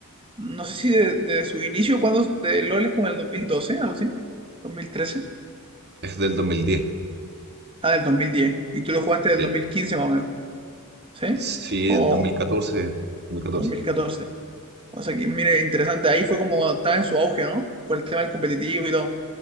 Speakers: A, on the right; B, on the right.
A: No sé si de, de su inicio, cuando de LOL es como el 2012, algo así, 2013,
B: es del 2010,
A: ah, del 2010, y tú lo jugaste del
B: sí,
A: 2015 más o menos, ¿sí?
B: sí,
A: O
B: 2014, 2014,
A: 2014. O sea que, mire, interesante, ahí fue como cuando estaba en su auge, ¿no? Por el tema del competitivo y todo,